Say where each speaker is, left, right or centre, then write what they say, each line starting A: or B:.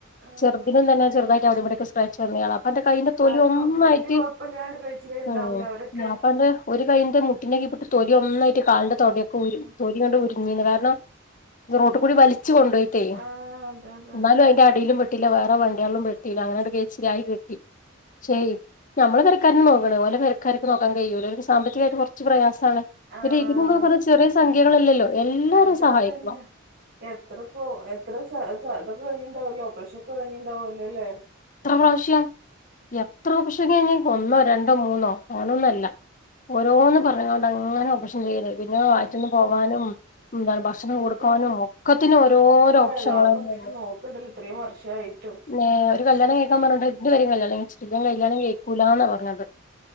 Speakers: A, on the right; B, on the left.
A: ആഹ്
B: ചെർ തിനും തന്നെ ചെറ്തായിട്ട് അവ്‌ടിം ഇവിടെക്കെ സ്ക്രാച്ച് വന്ന് എളാപ്പാന്റെ കയ്യിന്റെ
A: എന്നാലും
B: തൊലി ഒന്നായിട്ട്
A: വല്യ കൊഴപ്പല്ലാണ്ട് കഴിച്ചിലേ ഉണ്ടാവൂലേ
B: ഓഹ്
A: അവരൊക്കെ
B: എളാപ്പാന്റെ ഒരു കയ്യിന്റെ മുട്ടിന്റെ കീപ്പട്ട് തൊലി ഒന്നായിട്ട് കാലിന്റെ തൊടൊക്കെ
A: ഉം
B: ഊരി
A: ഉം
B: തൊലിങ്ങണ്ട് ഉരിഞ്ഞീന്നതാ ണാ റോട്ട്കൂടി വലിച്ചു കൊണ്ടോയ്ട്ടേയ്
A: ആഹ് അതെ അതെ
B: ഇന്നാലും അയ്ന്റെ അടീലും പെ ട്ടില വേറെ വണ്ട്യോൾലും പെട്ടിലാ അങ്ങനാണ്ട് കയ്ച്ചിലായി കിട്ടി ക്ഷേയ് ഞമ്മളെ പെര ക്കാരന്നെ നോക്കണം ഓലെ പെരക്കാര്ക്ക് നോക്കാൻ കയ്യൂല ഓൽക് സാമ്പത്തി കായ്ട്ട് കൊർച്ച് പ്രയാസ സാണ്
A: ആഹ്
B: ഒരിത്പ്പമ്മള് പറ്യ ചെറ്യേ സംഖ്യകളല്ലല്ലോ എല്ലാരും
A: അത്
B: സഹായിക്ക
A: അതന്നെ എത്ര പോ എത്ര സ സ തൊക്കെ കഴിഞ്ഞ്ണ്ടാവൊല്ലോ ഓപ്പറേഷൊക്കെ കഴിഞ്ണ്ടാവൊല്ലോ ലേ. കഴിഞ്ഞിട്ടുണ്ടാവലോല്ലേ
B: പ്രാവ്ശ്യം എത്ര ഓപ്പ്റഷ കഴിഞ് ഒന്നോ
A: കഴിഞ്ഞു
B: രണ്ടോ മൂന്നോ അങ്ങനൊന്നല്ല
A: അതെ
B: ഓരോന്ന് പറഞ്ഞ്ങ്ങാണ്ട് അങ്ങനെ ഓപ്റഷൻ ചെയ്യലേ പിന്നെ
A: കഴിഞ്ഞില്ലേ
B: വയറ്റ്ന്ന് പോവാനും ന്താണ് ഭക്ഷണം
A: ഒക്കത്തിനും
B: കൊടുക്കാനും ഒക്കത്തിനും
A: എന്നാലും
B: ഓരോരോ
A: ഇപ്പൊ
B: ഓപ്ഷങ്ങളന്നെ
A: എളാപ്പ ഇങ്ങനെ
B: ന്നെ
A: നോക്ക്ണ്ടല്ലോ ഇത്രയും വർഷായിട്ടും
B: ഏഹ് ഒരു കല്യാണം കഴിക്കാൻ പറഞ്ഞിട്ട് ഇത് വരെ കല്യാണം കഴിച്ചിട്ടി ഇവൻ കല്യാണം കഴിക്കൂലാന്നാ പറഞ്ഞത്.